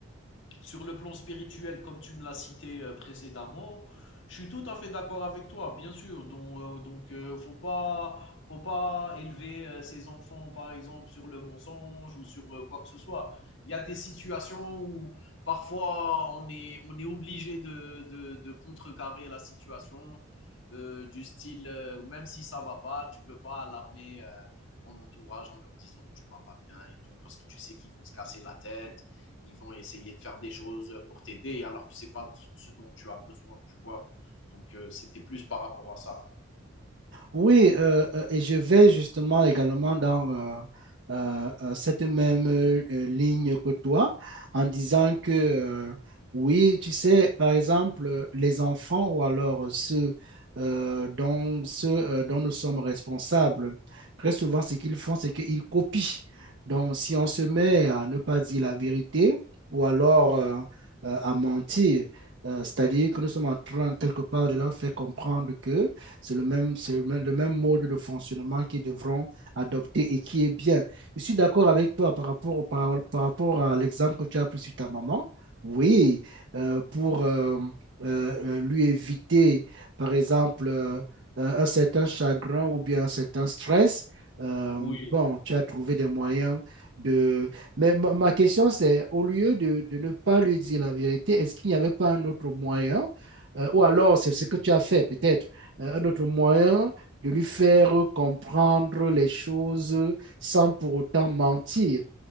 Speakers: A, on the left (about 60°); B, on the right (about 55°).
A: Sur le plan spirituel, comme tu me l'as cité euh, précédemment, je suis tout à fait d'accord avec toi, bien sûr. Donc, euh, donc euh, faut pas, faut pas élever euh, ses enfants, par exemple, sur le mensonge ou sur euh, quoi que ce soit. Il y a des situations où parfois on est, on est obligé de, de, de contrecarrer la situation euh, du style, euh, même si ça va pas, tu peux pas alarmer euh, ton entourage en leur disant que tu vas pas bien et tout, parce que tu sais qu'ils vont se casser la tête ils vont essayer de faire des choses pour t'aider alors que c'est pas ce dont tu as besoin, tu vois. Donc euh, c'était plus par rapport à ça.
B: Oui, euh, euh, et je vais justement également dans euh, euh, euh, cette même euh, ligne que toi en disant que euh, oui, tu sais, par exemple, euh, les enfants ou alors euh, ceux, euh, dont, ceux euh, dont nous sommes responsables, très souvent, ce qu'ils font, c'est qu'ils copient. Donc, si on se met à ne pas dire la vérité ou alors euh, euh, à mentir, euh, c'est-à-dire que nous sommes en train quelque part de leur faire comprendre que c'est le même, c'est le même, le même mode de fonctionnement qu'ils devront adopter et qui est bien. Je suis d'accord avec toi par rapport, au- par, par rapport à l'exemple que tu as pris sur ta maman. Oui, euh, pour euh, euh, euh, lui éviter, par exemple, euh, un un certain chagrin ou bien un certain stress. euh,
A: Oui,
B: bon, tu as trouvé des moyens de... Mais ma, ma question, c'est, au lieu de, de ne pas lui dire la vérité, est-ce qu'il n'y avait pas un autre moyen? Euh, ou alors, c'est ce que tu as fait, peut-être euh, un autre moyen de lui faire comprendre les choses sans pour autant mentir.